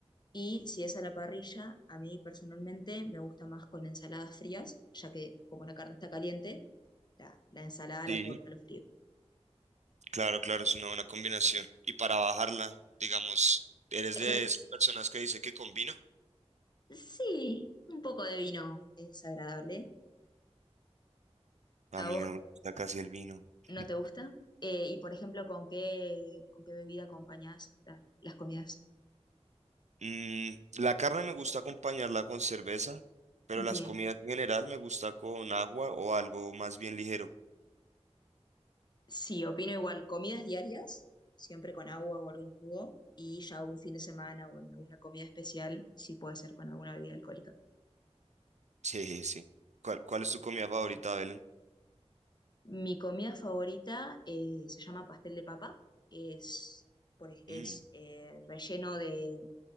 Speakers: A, on the left; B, on the right.
A: Y si es a la parrilla, a mí personalmente me gusta más con ensaladas frías, ya que como la carne está caliente, La, la ensalada
B: Sí.
A: la aporta lo frío.
B: Claro, claro, es una buena combinación. Y para bajarla, digamos, ¿eres
A: Ejer-
B: de esas personas que dice que con vino?
A: sí, un poco de vino es agradable.
B: A
A: ¿A
B: mí
A: vos
B: no me gusta casi el vino.
A: no
B: <laughs>
A: te gusta? Eh, y por ejemplo, ¿con qué, con qué bebida acompañás la- las comidas?
B: Mm, la carne me gusta acompañarla con cerveza, pero
A: Bien.
B: las comidas en general me gusta con agua o algo más bien ligero.
A: Sí, opino igual. Comidas diarias, siempre con agua o algún jugo. Y ya un fin de semana o en alguna comida especial, sí puede ser con alguna bebida alcohólica.
B: Sí, sí. ¿Cuál, cuál es tu comida favorita, Belén?
A: Mi comida favorita eh, se llama pastel de papa. Es, por ej- es
B: Mm,
A: eh, relleno de,